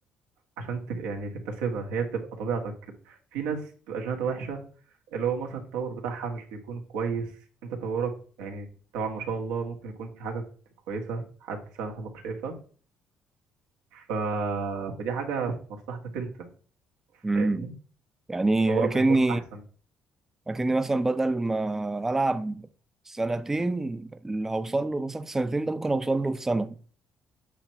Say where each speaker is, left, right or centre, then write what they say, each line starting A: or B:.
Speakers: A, on the right (about 85°); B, on the right (about 20°).
A: عشان ت... يعني تكتسبها هي بتبقى طبيعتك كده في ناس بتبقى جيناتها وحشه اللي هو مثلا التطور بتاعها مش بيكون كويس انت تطورك يعني طبعا ما شاء الله ممكن يكون في حاجه كويسه حد صاحبك شايفها ف... فدي حاجه في مصلحتك انت
B: امم
A: فاهمني
B: يعني
A: تطورك
B: اكني
A: هيكون احسن
B: اكني مثلا بدل ما العب سنتين اللي هوصل له مثلا في سنتين ده ممكن اوصل له في سنه